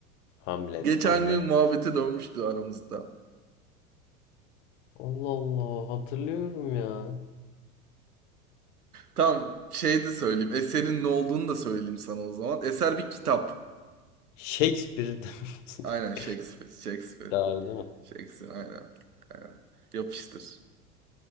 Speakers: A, on the left (about 55°); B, on the right (about 85°).
A: Hamlet,
B: Geçen
A: Hamlet.
B: gün muhabbete dönmüştü aramızda.
A: Allah Allah, hatırlıyorum ya.
B: Tam şey de söyleyeyim. Eserin ne olduğunu da söyleyeyim sana o zaman. Eser bir kitap.
A: Shakespeare'den. <laughs>
B: Aynen Shakespeare. Shakespeare.
A: Doğru değil mi?
B: Shakespeare aynen. Aynen. Yapıştır.